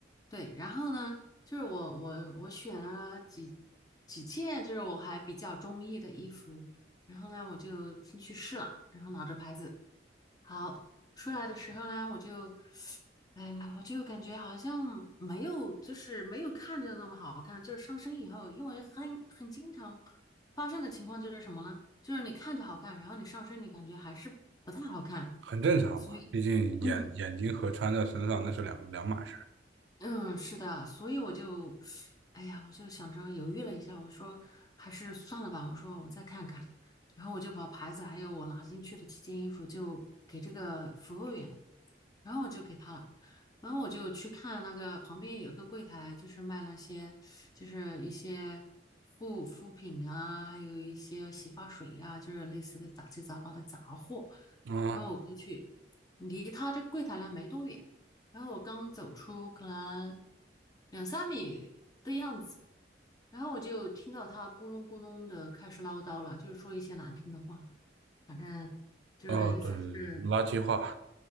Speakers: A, on the left; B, on the right.
A: 对。然后呢，就是我我我选了几几件，就是我还比较中意的衣服，然后呢，我就进去试了，然后拿着牌子，好，出来的时候呢，我就。哎呀，我就感觉好像没有，就是没有看着那么好看。就是上身以后，因为很很经常发生的情况就是什么呢？就是你看着好看，然后你上身你感觉还是不太好看。
B: 很正常嘛，
A: 所以，
B: 毕竟眼眼睛和穿在身上那是两两码事。
A: 嗯嗯，是的，所以我就，哎呀，我就想着犹豫了一下，我说还是算了吧，我说我再看看，然后我就把牌子还有我拿进去的几件衣服就给这个服务员，了。然后我就给他了，然后我就去看那个旁边有一个柜台，就是卖那些就是一些护肤品啊，还有一些洗发水呀、就是类似的杂七杂八的杂货。
B: 嗯，
A: 然后我过去，离他这个柜台呢没多远，然后我刚走出可能两三米的样子，然后我就听到他咕隆咕隆的开始唠叨了，就是说一些难听的话，反正就是意思是。
B: 哦，对，垃圾话，